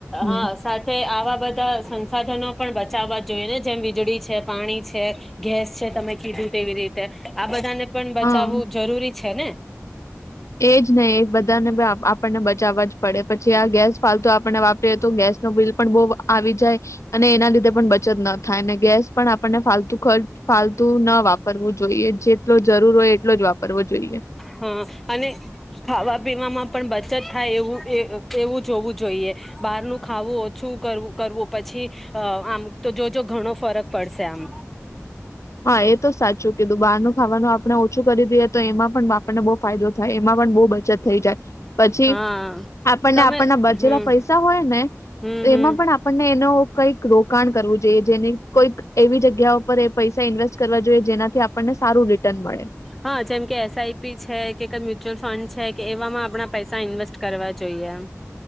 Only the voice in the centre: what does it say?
હા સાથે આવા બધા સંસાધનો પણ બચ. બચાવવા જોઈએ ને જેમ વીજળી છે, પાણી છે, ગેસ છે, તમે કીધું તેવી રીતે આ બધાને. પણ બચાવવું
જરૂરી છે ને.
હા અને. ખાવા પીવામાં પણ બચત થાય એવું એવું જોવું જોઈએ, બહારનું ખાવું ઓછું કરવું પછી, આમ તો જોજો ઘણો ફરક પડશે આમ.
હા
તમે
હમ
હમ હમ
હા જેમ કે એસઆઈપી છે કે કઈ મ્યુચ્યુઅલ ફંડ છે કે એવામાં આપણા પૈસા ઇન્વેસ્ટ કરવા જોઈએ એ